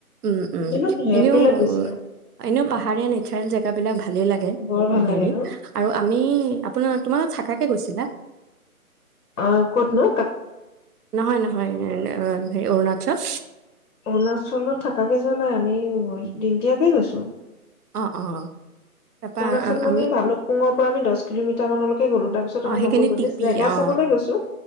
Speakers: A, on the right; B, on the left.
A: উম, উম
B: জুনত নহয়
A: এনেও,
B: এপ্ৰিলত গৈছিলো
A: এনেও পাহাৰীয়া নেচাৰেল জেগাবিলাক ভালে লাগে।
B: বৰ
A: উ,
B: ভাল লাগে
A: হেৰি
B: ন
A: আৰু আমি আপোনাৰ তোমালোক থাকাকে গৈছিলা?
B: অ ক'ত নো?
A: নহয়, নহয় অৰুণা- চল
B: অৰুণাচলত থাকাকে যোৱা নাই আমি দিনটীয়াকে গৈছো।
A: অ অ তাৰপা
B: অৰুণাচল মানে
A: আমি
B: ভালুকপুঙৰ পৰা আমি দহ কিলোমিটাৰ মান অল- গলো তাৰপিছত
A: অ
B: আৰু
A: সেইখিনি
B: নগলো
A: টিপি
B: জেগা
A: অ
B: চাবলৈ গৈছো